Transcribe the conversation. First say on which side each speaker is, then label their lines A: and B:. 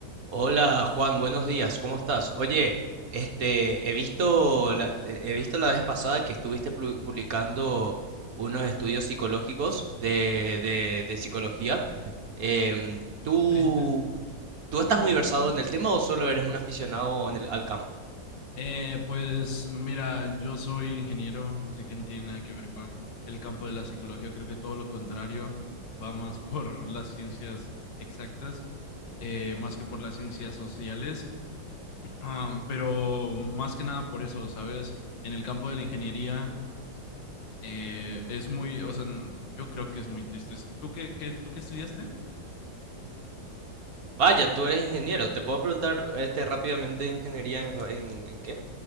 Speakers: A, on the right; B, on the left.
A: Hola Juan, buenos días, ¿cómo estás? Oye, este, he visto la, he visto la vez pasada que estuviste plu- publicando unos estudios psicológicos de, de, de psicología. Em, ¿tú,
B: Sí, sí.
A: tú estás muy versado en el tema o solo eres un aficionado en el- al campo?
B: Eh, pues mira, yo soy ingeniero, así que no tiene nada que ver con el campo de la psicología. Creo que todo lo contrario, va más <laughs> por las ciencias exactas, eh, más que por las ciencias sociales. Ah, pero más que nada por eso, ¿sabes? En el campo de la ingeniería eh, es muy, o sea, n- yo creo que es muy triste. ¿Tú qué, qué- tú qué estudiaste?
A: Vaya, tú eres ingeniero. ¿Te puedo preguntar este, rápidamente ingeniería en, ra- en, en qué?